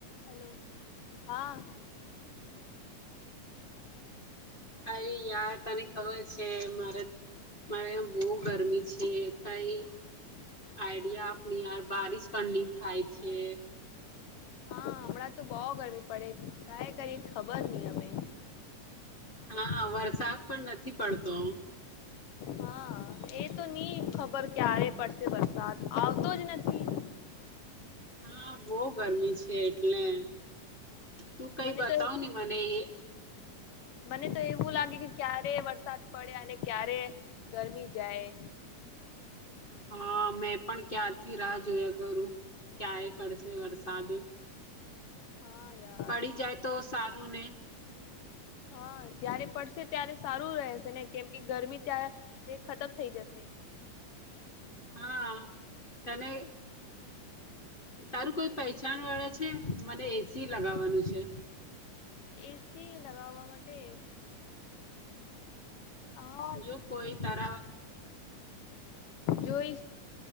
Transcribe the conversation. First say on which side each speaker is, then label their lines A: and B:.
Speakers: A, on the left; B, on the left.
A: હેલો હા
B: અરે યાર તને ખબર છે મારે મારે બહુ ગરમી છે કઈ આઈડિયા આપની યાર બારિશ પણ નઈ થાય છે
A: હા હમણાં તો બહ ગરમી પડે કઈ કરી ખબર નહી અમે
B: હા વરસાદ પણ નથી પડતો
A: હા એ તો નહ ખબર ક્યારે પડશે વરસાદ આવતો જ નથી
B: હા બહ ગરમી છે એટલે તું કઈ
A: મને
B: બતાવ
A: તો
B: નને મને એ
A: મને તો એવું લાગે કે ક્યારે વરસાદ પડે અને ક્યારે ગરમી જાય
B: હા મેં પણ ક્યારથી રાહ જોયા કરું ક્યાય પડશે વરસાદ
A: હા યાર
B: પડી જાય તો સા કરુંને
A: હા જયારે પડશે ત્યારે સારું રહેશે ને કેમ કે ગરમી ત્યાં ખતમ થઈ જશે
B: હા તને તારું કોઈ પહેચણ વાળા છે મને એ સી લગાવાનું છે
A: એસી લગાવવા માટે હા,
B: જો કોઈ તારા
A: જો હે